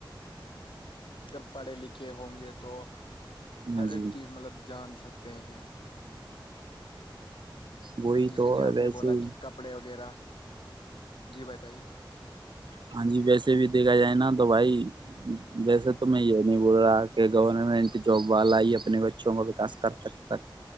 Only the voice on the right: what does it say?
ہاں
جی
وہی
تو
ویسے
ہاں جی ویسے بھی دیکھا جائے نا تو بھائی ویسے تو میں یہ نہیں بول رہا کہ گورنمنٹ جاب والا ہی اپنے بچوں کا وکاس کر سک پچ